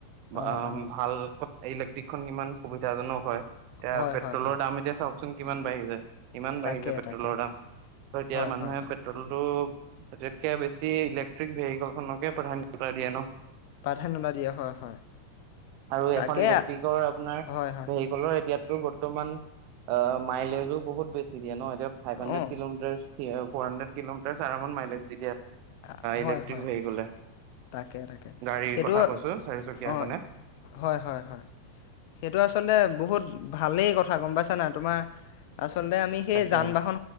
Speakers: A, on the right (about 45°); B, on the left (about 45°).
A: বা
B: অঁ অঁ
A: ভাল ত ইলেক্ট্ৰিক খন কিমান সুবিধাজনক হয়? এয়া
B: হয়
A: পেট্ৰোলৰ
B: হয় হয়
A: দাম এতিয়া চাওঁক- চোন কিমান বাঢ়ি যায়। ইমান
B: তাকে
A: বাঢ়িছে পেট্ৰলৰ
B: তাকে
A: দাম, ত এতিয়া
B: হয়
A: মানুহে
B: হয় হয়
A: পেট্ৰল আটাইতকৈ বেছি ইলেক্ট্ৰিক ভেহিকেল খনকে প্ৰাধান্যতা দিয়ে ন?
B: প্ৰাধান্যতা দিয়ে হয় হয়
A: আৰু
B: তাকে
A: এখন ইলেক্ট্ৰিকৰ আপোনাৰ
B: হয় হয়
A: ভেহিকলৰ এতিয়া ৰো বৰ্তমান আ মাইলেজো বহুত বেছি দিয়ে নহ? <unintelligible> ফাইভহণ্ড্ৰেড
B: অঁ
A: কিলোমিটাৰচ। টিহওব ফ'ৰ হণ্ড্ৰেড। কিলোমিটাৰ চেৰামত মাইলেজ দি
B: আ হয়
A: ইলেক্ট্ৰিক
B: হয়
A: ভেহিকলে
B: তাকে তাকে
A: গাড়ীৰ
B: সেইটোৱ
A: কথা কৈছো চাৰিচকীয়া
B: অ
A: এখনে
B: হয় হয় হয় সেইটো আচলতে বহুত ভালেই কথা গম পাইছ নাই তোমা আচ চলতে আমি সেই
A: তাকে
B: যান বাহন